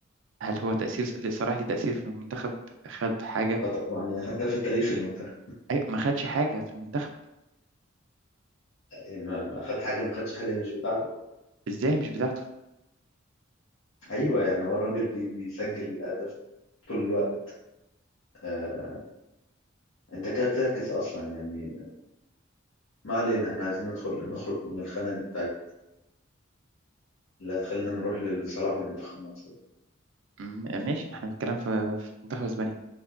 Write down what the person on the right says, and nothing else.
هل هو تأثير صلاح ليه تأثير في المنتخب خد حاجة
اي ما خدش حاجة في المنتخب
ازاي مش بتاعته
م- ماشي ما احنا بنتكلم في في منتخب اسبانيا